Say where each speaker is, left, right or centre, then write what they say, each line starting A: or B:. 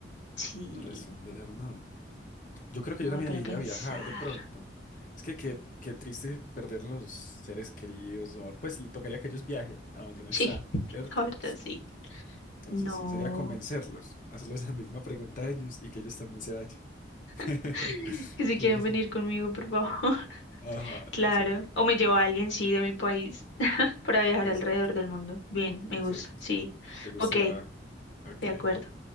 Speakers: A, on the left; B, on the left.
A: sí,
B: responder, ¿no? Yo creo que
A: no
B: yo también
A: me pone
B: elegiría
A: a pensar.
B: viajar de pronto. Es que qué, qué triste perder los seres queridos. o- Pues le tocaría que ellos viajen a donde uno
A: Sí,
B: está,
A: <laughs>
B: ¿cierto?
A: la verdad sí.
B: Entonces
A: No.
B: sí, sería convencerlos, hacerles la misma pregunta a ellos y que ellos también se vayan. <laughs>
A: <laughs> Que si
B: Puede
A: quieren
B: ser.
A: venir conmigo, por favor. <laughs>
B: Ajá,
A: Claro.
B: exacto.
A: O me llevo a alguien, sí, de mi país, <laughs> para viajar
B: Exacto.
A: alrededor del mundo. Bien,
B: Exacto.
A: me gusta, sí.
B: ¿Te gusta
A: Ok,
B: la...? Ok,
A: De acuerdo.